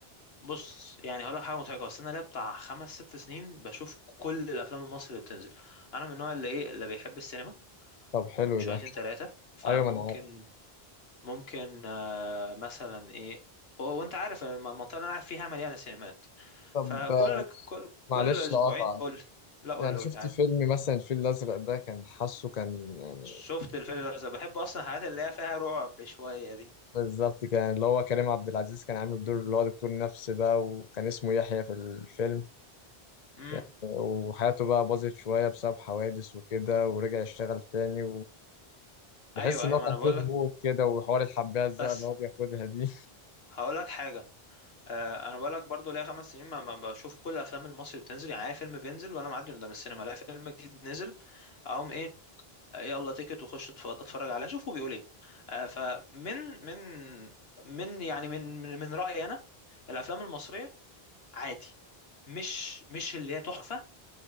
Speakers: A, on the left; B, on the left.
A: بص يعني هقول لك حاجه مضحكه بس انا ليا بتاع خمس ست سنين بشوف كل الافلام المصري اللي بتنزل انا من النوع اللي ايه اللي بيحب السينما
B: طب حلو
A: شويتين
B: ده
A: ثلاثه فممكن
B: ايوه ما انا عارف
A: ممكن مثلا ايه و- وانت عارف الم- المنطقه اللي انا قاعد فيها مليانه سينمات
B: طب
A: فكل
B: آه،
A: كل,
B: معلش
A: كل اسبوعين
B: لقطع
A: قول لي لا قول
B: يعني
A: لي
B: شفت
A: قول لي عادي
B: فيلم مثلا الفيل الأزرق ده كان حاسه كان يعني
A: شفت الفيل الازرق بحب اصلا الحاجات اللي هي فيها رعب شويه دي
B: بالظبط كان اللي هو كريم عبد العزيز كان عامل دور اللي هو دكتور نفسي بقى وكان اسمه يحيى في الفيلم
A: امم
B: يعني وحياته بقى باظت شوية بسبب حوادث وكده ورجع يشتغل تاني وبحس
A: ايوه
B: إن
A: ايوه
B: هو كان
A: ما انا
B: فيه
A: بقول
B: غموض
A: لك
B: كده وحوار الحباية الزرقاء
A: بس
B: اللي هو بياخدها دي
A: هقول لك حاجه آه انا بقول لك برضو ليا خمس سنين ما ما بشوف كل الافلام المصري بتنزل يعني اي فيلم بينزل وانا معدي قدام السينما الاقي فيلم جديد نزل اقوم ايه يلا تيكت وخش اتف- اتفرج عليها شوفوا بيقول ايه آه، فمن من من يعني من من من رأيي انا الافلام المصرية عادي مش مش اللي هي تحفة